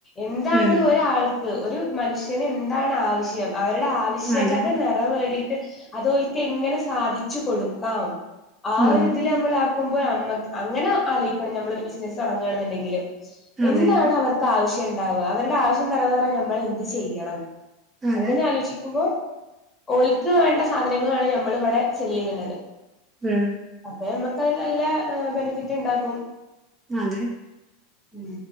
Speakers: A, on the left; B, on the right.
A: എന്താണ്
B: ഉം
A: ഒരാൾ ക്ക് ഒരു മനുഷ്യന് എന്താണ് ആവശ്യം അവരുടെ ആവശ്യകത
B: അതെ
A: നെ വേടീറ്റ് അത് ഓൽക്ക് എങ്ങനെ സാധിച്ചു കൊടുക്കാം ആ
B: ഉം
A: ഒരിതില് നമ്മള് ക്കുമ്പോ അമ്മക്ക് അങ്ങനെ ആലോയ്ക്കണം ഞമ്മളൊരു ബിസിനസ് തൊടങ്ങാണ് ന്ന് ന്നിണ്ടെങ്കില്
B: അതെ
A: എന്താണ് അവർ ക്കാവശ്യം ഉണ്ടാവ അവരുടെ ആവശ്യം നിറവേറാൻ ഞമ്മൾ എന്ത് ചെയ്യണം.
B: അതെ
A: അങ്ങനെ ആലോചിക്കുമ്പോ ഓൽക്ക് വേണ്ട സാധനങ്ങളാണ് ഞമ്മൾ ഇവിടെ സെല്ലെയ്യണത്.
B: ഉം.
A: അപ്പൊ ഞമ്മക്ക് അത് നല്ല ബെനിഫിറ്റ് ഇണ്ടാകും.
B: അതെ.
A: ഉം